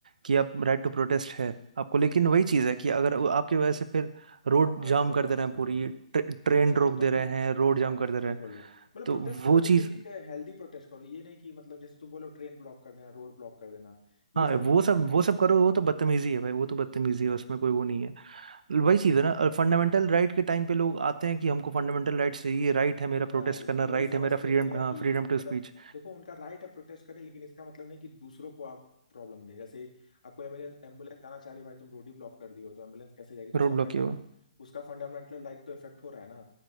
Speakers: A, on the right; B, on the left.
A: कि आप राइट टू प्रोटेस्ट है आपको लेकिन वही चीज़ है कि अगर वो आपकी वजह से फिर रोड
B: हाँ हाँ
A: जाम
B: समझ
A: कर
B: रहा हूँ
A: दे
B: समझ
A: रहे हैं पूरी
B: रहा हूँ
A: ट्रे, ट्रेन
B: अच्छा
A: रोक
B: जो तुम
A: दे रहे हैं रोड
B: हाँ
A: जाम
B: हाँ
A: कर
B: सही
A: दे रहे हैं
B: बोलो मतलब
A: तो
B: प्रोटेस्ट करो
A: वो
B: लेकिन
A: चीज़
B: एक हेल्दी प्रोटेस्ट करो ये नहीं कि मतलब जैसे तुम बोलो ट्रेन ब्लॉक कर देना रोड ब्लॉक कर देना ये
A: हाँ
B: सब नहीं
A: वो
B: करना
A: सब
B: चाहिए
A: वो सब करो वो तो बदतमीजी है भाई वो तो बदतमीजी
B: हाँ
A: है उसमें कोई वो नहीं है वही चीज़ है ना फंडामेंटल राइट के टाइम पे लोग आते हैं कि हमको
B: <laughs>
A: फंडामेंटल राइट चाहिए राइट
B: वही
A: है मेरा
B: ना
A: प्रोटेस्ट
B: लेकिन
A: करना
B: वही
A: राइट
B: समझते
A: है मेरा फ्रीडम
B: नहीं ना है
A: हाँ
B: कि
A: freedom to speech
B: मतलब देखो उनका राइट है प्रोटेस्ट करने लेकिन इसका मतलब नहीं कि दूसरों को आप प्रॉब्लम दें जैसे आपको एम्बुलेंस एम्बुलेंस आना चाह रही है भाई तुम रोड ही ब्लॉक कर दी हो तो एम्बुलेंस कैसे जाएगी तो
A: Road
B: उसका फंडामेंट
A: block किया हुआ
B: उसका फंडामेंटल राइट तो इफेक्ट हो रहा है ना